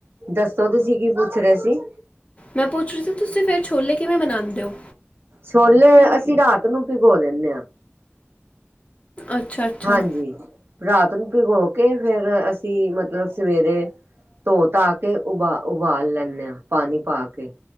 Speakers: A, on the right; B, on the left.
A: ਦੱਸੋ ਤੁਸੀਂ ਕੀ ਪੁੱਛ ਰਹੇ ਸੀ?
B: ਮੈਂ ਪੁੱਛ ਰਹੀ ਸੀ ਤੁਸੀਂ ਫਿਰ ਛੋਲੇ ਕਿਵੇਂ ਬਣਾਉਂਦੇ ਓ?
A: ਛੋਲੇ ਅਸੀਂ ਰਾਤ ਨੂੰ ਭਿਗੋ ਦਿੰਦੇ ਆ।
B: ਅੱਛਾ ਅੱਛਾ
A: ਹਾਂਜੀ ਰਾਤ ਨੂੰ ਭਿਗੋ ਕੇ ਫੇਰ ਅਸੀਂ ਮਤਲਬ, ਸਵੇਰੇ ਧੋ ਤਾ ਤੇ ਉਬਾਲ- ਉਬਾਲ ਲੈਂਦੇ ਆ ਪਾਣੀ ਪਾ ਕੇ,